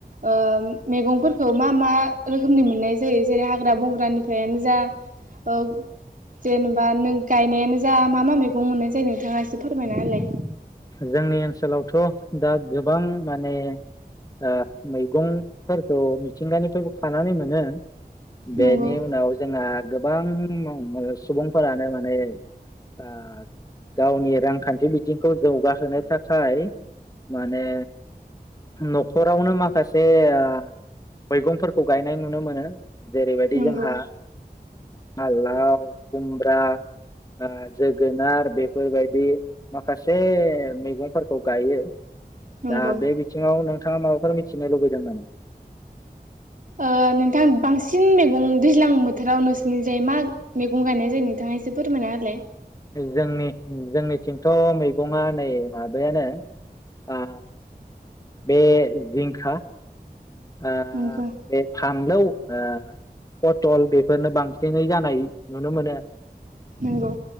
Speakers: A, on the right; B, on the left.
A: ओ मैगंफोरखौ मा मा रोखोमनि मोननाय जायो जेरै हाग्रा बंग्रानिफ्रायनो जा। औ जेन हा नों गायनायानो जा मा मा मैगं मोननाय जायो नोंथाङा एसे फोरमायना होलाय।
B: जोंनि ओनसोलावथ दा गोबां माने ओ मैगंफोर। थ मिथिंगानिफ्रायबो खानानै मोनो। बेनि
A: नंगौ
B: उनाव जोंहा गो बां <unintelligible> सुबुंफोरानो माने। ओ गावनि रांखान्थि बिथिंखौ। जौगाहोनो थाखाय माने। नखरावनो माखासे। ए ओ मैगंफोरखौ गायनाय नुनो मोनो। जेरैबायदि
A: नंगौ
B: जोंहा हाल लाव खुम ब्रा ओ जोगोनार बेफोरबायदि माखासे। से मैगंफोरखौ गायो।
A: नंगौ
B: दा बे बिथिंयाव नों नोंथाङा माबाफोर मिथिनो लुबैदों नामा।
A: ओ नोंथां बांसि सिन मैगं दैज्लां बोथोराव नोंसोरनि जायो मा मैगं गायनाय जायो नोंथाङा एस से फोरमायना होलाय
B: जोंनि जोंनिथिंथ मैगङा नै माबायानो आ बे जिंखा ओ
A: नंगौ
B: बे फानलौ ओ पटल बेफोरनो बांसिनै जानाय नुनो मोनो।
A: नंगौ